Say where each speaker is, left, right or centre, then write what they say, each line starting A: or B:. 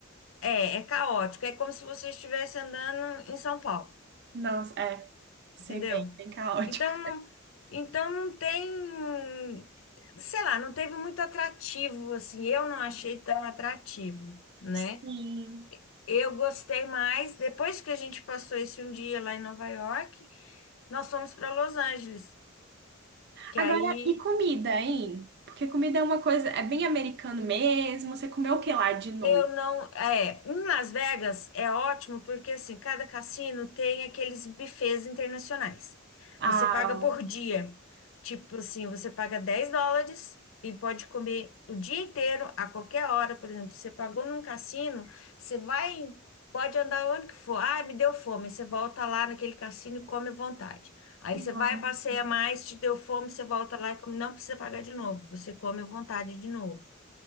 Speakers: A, on the left (about 65°); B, on the right (about 50°).
A: É, é caótico. É como se você estivesse andando em São Paulo,
B: Nossa, é. Sei
A: entendeu?
B: bem, bem caótico.
A: Então não, então não tem, sei lá, não teve muito atrativo, assim. Eu não achei tão atrativo, né?
B: Sim.
A: Eu gostei mais. Depois que a gente passou esse um dia lá em Nova York, nós fomos para Los Angeles, que
B: Agora,
A: aí
B: e comida, hein? Porque comida é uma coisa, é bem americano mesmo. Você comeu o que lá de novo?
A: Eu não. É, em Las Vegas é ótimo porque assim, cada cassino tem aqueles buffets internacionais.
B: Ah,
A: Você paga por dia. Tipo assim, você paga 10 dólares e pode comer o dia inteiro, a qualquer hora. Por exemplo, você pagou num cassino, você vai, pode andar onde que for. Ah, me deu fome. Você volta lá naquele cassino e come à vontade. Aí
B: nossa.
A: você vai, passeia mais, te deu fome, você volta lá e come. Não precisa pagar de novo. Você come à vontade de novo.